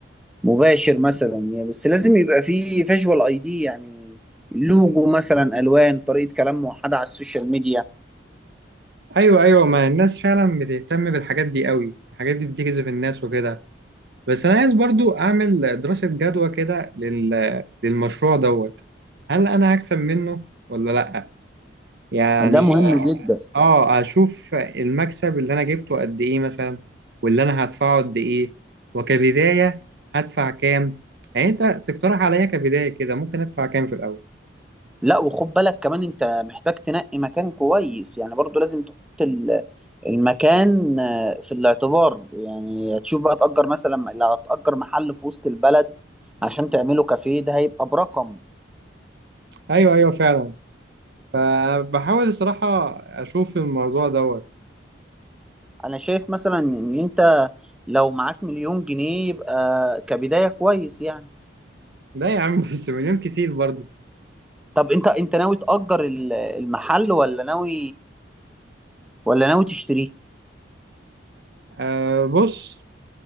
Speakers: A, in the centre; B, on the right.
A: مباشر مثلا يعني بس لازم يبقى فيه فيجوال اي دي يعني لوجو مثلا الوان طريقه كلام موحده على السوشيال ميديا
B: ايوه ايوه ما الناس فعلا بتهتم بالحاجات دي قوي الحاجات دي بتجذب الناس وكده بس انا عايز برضو اعمل دراسة جدوى كده لل... للمشروع دوت هل انا هكسب منه ولا لا يعني
A: ده مهم جدا
B: اه اشوف المكسب اللي انا جبته قد ايه مثلا واللي انا هدفعه قد ايه وكبداية هدفع كام يعني انت تقترح عليا كبداية كده ممكن ادفع كام في الاول
A: لا وخد بالك كمان انت محتاج تنقي مكان كويس يعني برضو لازم تحط ال- المكان آه، في الاعتبار يعني تشوف بقى تأجر مثلا لو هتأجر محل في وسط البلد عشان تعمله كافيه ده هيبقى برقم
B: ايوه ايوه فعلا فبحاول الصراحه اشوف الموضوع دوت
A: انا شايف مثلا ان انت لو معاك مليون جنيه يبقى كبداية كويس يعني
B: لا يا عم <laughs> بس مليون كتير برضو
A: طب انت انت ناوي تأجر ال- المحل ولا ناوي ولا ناوي تشتريه
B: أه بص